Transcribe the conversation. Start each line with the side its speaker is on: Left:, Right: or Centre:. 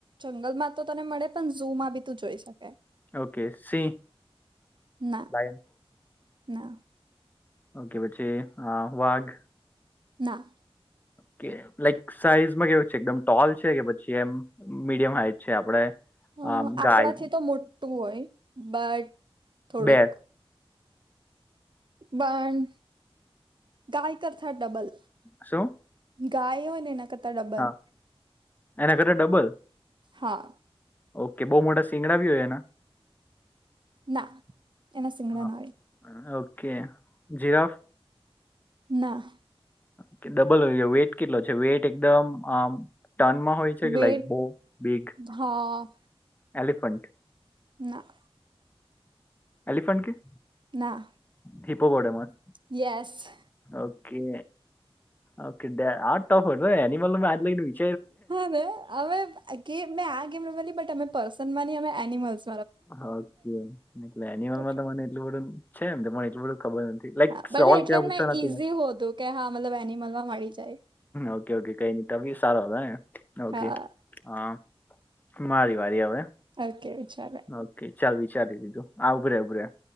Right: જંગલમાં તો તને મળે પણ ઝુ માં બી તું જોઈ શકે.
Left: ઓકે સિંહ
Right: ના
Left: લાયન.
Right: ના.
Left: ઓકે પછી વાઘ.
Right: ના.
Left: કે લાઈક સાઈઝમાં કેવાય છે એકદમ ટોલ છે કે પછી એમ મીડિયમ હાઈટ છે આપડે.
Right: અ
Left: આમ
Right: આપણાથી
Left: ગાય
Right: તો મોટું હોય બટ થોડુંક
Left: બે
Right: પણન ગાય કરતા ડબલ.
Left: શું.
Right: ગાય હોય ને એના કરતા ડબલ
Left: હા એના કરતા ડબલ
Right: હા.
Left: ઓકે બહુ મોટા સીંગડા ભી હોય એના.
Right: ના એના સિંગડા
Left: હા.
Right: ના હોય.
Left: Okay giraffe.
Right: ના.
Left: કે ડબલ હોય વેટ કેટલો છે વેટ એકદમ આમ ટર્નમાં હોય. છે કે
Right: વેટ
Left: લાઈક બો બીગ.
Right: હા.
Left: એલિફન્ટ.
Right: ના.
Left: એલિફન્ટ કે.
Right: ના.
Left: Hippopotamus.
Right: Yes.
Left: Okay okay આ ટફ એનીમલ મે આજ લગનેચ
Right: હા મે અમે મેં આ ગેમ રમવાની બટ અમે પર્સન માંની અમે એનિમલ્સ.
Left: હમ એટલે એનિમલમાં
Right: ડિફરન્ટ
Left: મને એટલું બધું છે એમ તને એટલું બધું ખબર નથી. લાઈક
Right: હા ભલે
Left: સવાલ
Right: એટલે
Left: કેવા
Right: જ
Left: પૂછવા
Right: મેં
Left: નથી
Right: ઈઝી હોતું કે હા મતલબ એનિમલ માં મળી જાય.
Left: ઓકે ઓકે કઈ નહી તફી સારા ઓકે.
Right: હા
Left: હા મારી વાળી હવે.
Right: ઓકેે ચાલે.
Left: ઓકે ચાલ વિચારી દીધું આવભરે ઉભરે